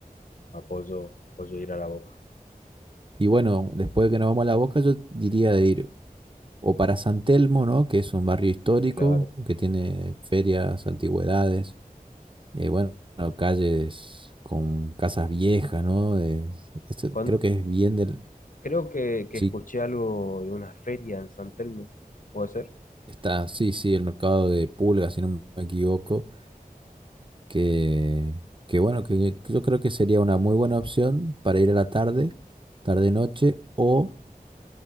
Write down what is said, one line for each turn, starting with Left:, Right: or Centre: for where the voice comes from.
Left: Apoyo, apoyo ir a la Boca,
Right: Y bueno, después de que nos vamos a la Boca, yo diría de ir. o para San Telmo, ¿no? Que es un barrio histórico
Left: claro.
Right: que tiene ferias, antigüedades, eh, bueno, calles con casas viejas, ¿no? De- esto
Left: Con-
Right: creo que es bien del...
Left: creo que, que
Right: Sí,
Left: escuché algo de una feria en San Telmo, ¿puede ser?
Right: está, sí, sí, el mercado de Pulga, si no me equivoco, que, que bueno, que que yo creo que sería una muy buena opción para ir a la tarde, tarde-noche, o